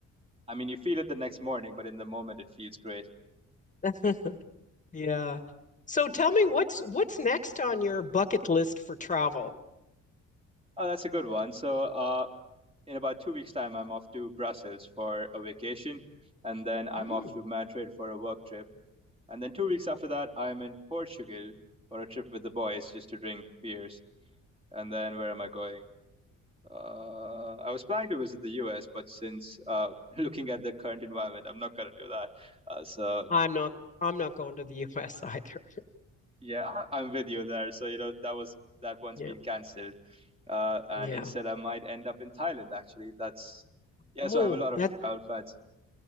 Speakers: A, on the right (about 20°); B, on the left (about 25°).
A: I mean, you feel it the next morning, but in the moment it feels great.
B: <laughs> Yeah. So tell me what's what's next on
A: Mhm.
B: your bucket list for travel?
A: Oh, that's a good one. So, uh, in about two weeks' time, I'm off to Brussels for a vacation, and then I'm
B: Mm.
A: off to Madrid for a work trip. And then two weeks after that, I'm in Portugal for a trip with the boys just to drink beers. And then where am I going? Uh, I was planning to visit the US, but since uh, <laughs> looking at the current environment, I'm not gonna do that. Uh, so
B: I'm not I'm not going to the <laughs> US either.
A: yeah, <laughs> I- I'm with you there. So you know that was that one's
B: Yeah.
A: been cancelled, uh, and
B: Yeah.
A: instead I might end up in Thailand actually. That's yeah.
B: Oh,
A: So I have a lot of
B: that
A: travel plans.